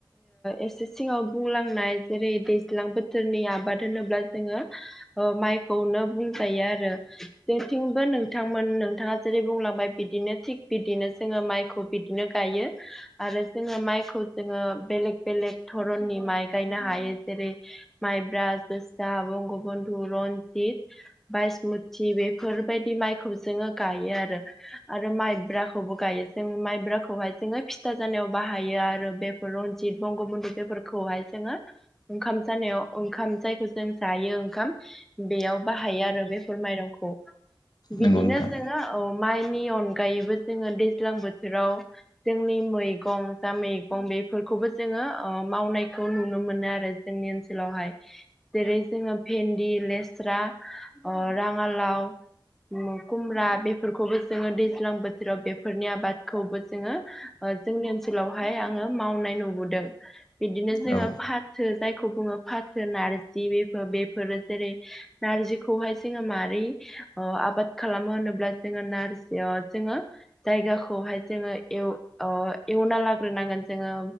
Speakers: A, in the centre; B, on the left.
A: एसे सिङाव बुंलांनाय जेरै दैज्लां बोथोरनि आबाद होनोब्ला जोङो माइखौनो बुंजायो आरो। ओ जोंथिंबो नोंथांमोन नोंथाङा जेरै बुंलांबाय बिदिनो थिग बिदिनो जोङो माइखौ बिदिनो गायो आरो जोङो माइखौ जोङो बेलेग बेलेग धरननि माइ गायनो हायो जेरै माइब्रा, जोसा, बंगबन्ध, दुरन सि बासमुथि बेफोरबायदि माइखौ जोङो गायो आरो। आरो माइब्राखौबो गायो जों माइब्राखौहाय जोङो फिथा जानायाव बाहायो आरो बे रनजित बंगमध बेफोरखौहाय जोङो ओंखाम जानायाव ओंखाम जायखौ जों जायो ओंखाम बेयाव बाहायो आरो बेफोर माइरंखौ औ बिदिनो
B: नंगौ नोंथां
A: जोङो माइ नि अनगायैबो जोङो दैज्लां बोथोराव जोंनि मैगं जा मैगं बेफोरखौबो जोङो मावनायखौ नुनो मोनो आरो। जोंनि ओनसोलावहाय। जेरै जोङो भेन्दि लेस्रा ओ राङालाव खुमब्रा बेफोरखौबो जोङो दैज्लां बोथोराव बेफोरनि आबादखौबो जोङो जोंनि ओन ओनसोलावहाय आङो मावनाय नुबोदों। बिदिनो जोङो
B: औ
A: फाथो जायखौ बुङो फाथो नारजि बेफोर बेफोरो जेरै नारजिखौहाय जोङो मारै ओ आबाद खालामो होनोब्ला जोङो नारजि ओ जोङो जायगाखौहाय जोङो एवना लाग्रोनांगोन जोङो